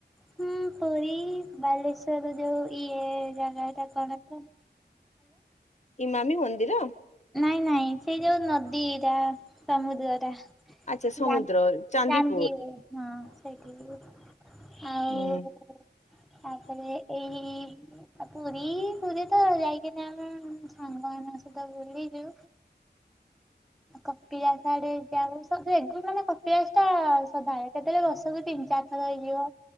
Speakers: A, in the centre; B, on the left.
A: ହୁଁ ପୁରୀ ବାଲେଶ୍ଵରରୁ ଯଉ ଇଏ ଜାଗା ଏଟା କଣ ତ?
B: ଇ ମାନିବ ଇମତି ରେ?
A: ନାଇଁ ନାଇଁ ସେଇଟା ନଦୀଟା ସମୁଦ୍ର ଟା।
B: ଆଚ୍ଛା
A: <inaudible>
B: ସମୁଦ୍ର ଚାନ୍ଦିପୁର
A: ଚାନ୍ଦି ହଁ ସେଇଠି ଆଉ
B: ହୁଁ।
A: ତାପରେ ଏଇ ପୁରୀ ପୁରୀ ତ ଯାଇକିନା ସାଙ୍ଗମାନଙ୍କ ସହିତ ବୁଲିଚୁ।
B: <inaudible>
A: କପିଳାଶ ଆଡ଼େ ଯାଉ ସେଇଟା କପିଳାଶଟା କେତେବେଳେ ବର୍ଷକୁ ତିନି ଚାରି ହେଇଯିବ